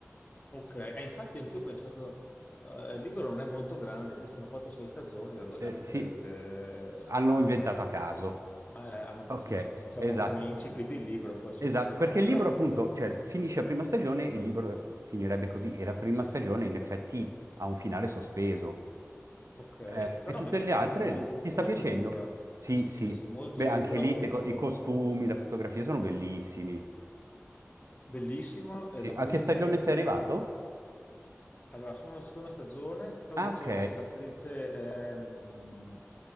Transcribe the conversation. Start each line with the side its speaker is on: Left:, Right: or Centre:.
Left: Ok, e infatti anch'io ho pensato, eh, il libro non è molto grande, questi hanno fatto sei stagioni, da dove
Right: Eh,
Left: l'hanno preso?
Right: sì,
Left: le-
Right: hanno inventato a caso.
Left: eh, hanno
Right: Ok,
Left: preso, diciamo,
Right: esatto.
Left: come incipit il libro, poi sono
Right: Esatto,
Left: andati avanti.
Right: perché il
Left: Però,
Right: libro appunto, cioè, finisce la prima stagione, il libro finirebbe così e la prima stagione in effetti ha un finale sospeso
Left: ok,
Right: Eh,
Left: però
Right: e tutte
Left: mi sta
Right: le
Left: piacendo
Right: altre
Left: molto,
Right: ti
Left: molto
Right: sta piacendo?
Left: dura.
Right: Sì, sì,
Left: Sì, sì, molto
Right: beh
Left: dura,
Right: anche lì
Left: molto
Right: seco- i costumi, la fotografia sono bellissimi.
Left: bellissima. E
Right: Sì.
Left: L'attrice
Right: A che stagione
Left: è
Right: sei
Left: quella.
Right: arrivato?
Left: Allora, sono alla seconda stagione, ti stavo
Right: Ah,
Left: dicendo
Right: ok,
Left: che l'attrice ehm,